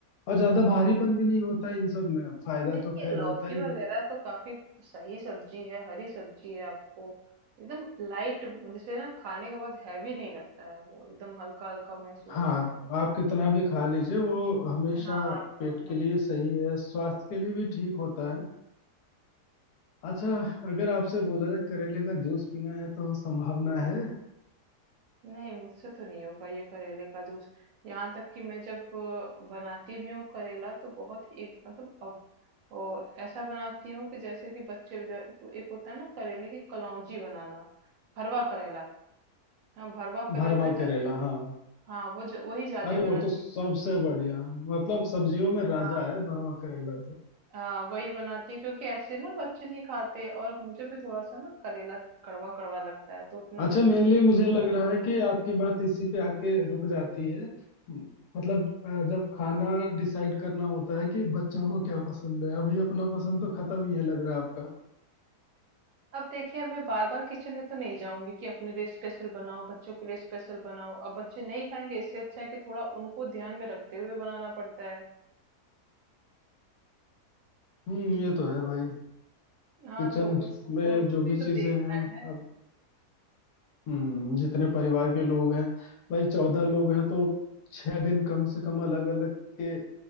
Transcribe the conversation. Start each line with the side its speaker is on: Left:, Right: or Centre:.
Left: और ज्यादा भारीपन भी नहीं होता इन सब में फायदा
Right: नहीं
Left: तो खैर
Right: ये लौकी
Left: होता ही
Right: वगैरह
Left: है
Right: तो काफी सही सब्जी है हरी सब्जी है आपको एकदम लाइट जैसे ना खाने के बाद हैवी नहीं लगता है वो एकदम हल्का हल्का महसूस
Left: हाँ
Right: होता
Left: आप कितना भी खा लीजिए वो हमेशा
Right: है हाँ हाँ
Left: पेट
Right: हाँ
Left: के लिए सही है स्वास्थ्य के लिए भी ठीक होता है अच्छा अगर आपसे बोला जाए करेले का जूस पीना है तो संभावना है
Right: नहीं मुझसे तो नहीं होगा ये करेले का जूस यहाँ तक कि मैं जब अ, बनाती भी हूँ करेला तो बहुत एक मतलब अब ओ, ऐसा बनाती हूँ कि जैसे कि बच्चे जो- एक, एक होता है ना करेले की कलौंजी बनाना भरवा करेला हाँ भरवा करेला
Left: भरवा
Right: ज्यादा
Left: करेला हाँ
Right: हाँ वो ज, वही ज्यादा
Left: अरे
Right: बनाती
Left: वो तो सबसे
Right: हूँ
Left: बढ़िया मतलब सब्जियों में
Right: हाँ
Left: राजा है भरवा करेला तो
Right: हाँ वही बनाती हूँ क्योंकि ऐसे ना बच्चे नहीं खाते और मुझे भी थोड़ा सा ना करेला कड़वा कड़वा लगता है तो उतना मैं
Left: अच्छा मेनली मुझे लग रहा है कि आपकी बात इसी पे आके रुक जाती है म- मतलब अ, जब खाना डिसाइड करना होता है कि बच्चों को क्या पसंद है अभी अपना पसंद तो खत्म ही है लग रहा है आपका
Right: अब देखिए मैं बार बार किचन में तो नहीं जाऊंगी कि अपने लिए स्पेशल बनाओ बच्चों के लिए स्पेशल बनाओ अब बच्चे नहीं खाएंगे इससे अच्छा है कि थोड़ा उनको ध्यान में रखते हुए बनाना पड़ता है
Left: हम्म ये तो है भाई
Right: हाँ
Left: किचन
Right: तो उनको
Left: में
Right: उनको
Left: जो
Right: भी
Left: भी चीजें
Right: तो देखना
Left: हैं
Right: है
Left: अब हम्म जितने परिवार के लोग हैं भाई चौदह लोग हैं तो छह दिन कम से कम अलग अलग के